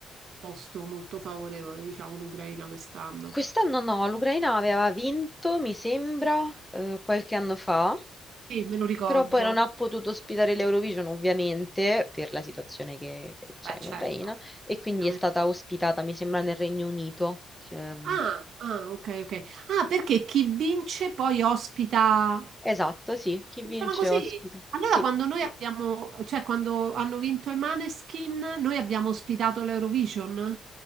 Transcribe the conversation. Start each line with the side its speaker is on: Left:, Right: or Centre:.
Right: posto molto favorevole, diciamo, l'Ucraina quest'anno.
Centre: Quest'anno no, l'Ucraina aveva vinto, mi sembra, eh, qualche anno fa,
Right: Sì, me lo ricordo.
Centre: però poi non ha potuto ospitare l'Eurovision, ovviamente, per la situazione che, che c'è
Right: Beh,
Centre: in
Right: certo,
Centre: Ucraina, e quindi
Right: ovviamente.
Centre: è stata ospitata, mi sembra, nel Regno Unito. Ehm,
Right: Ah, ah, ok, ok. Ah, perché chi vince poi ospita
Centre: esatto, sì, chi
Right: Funziona
Centre: vince
Right: così.
Centre: ospita.
Right: Allora,
Centre: Sì,
Right: quando noi abbiamo, cioè quando hanno vinto i Maneskin, noi abbiamo ospitato l'Eurovision.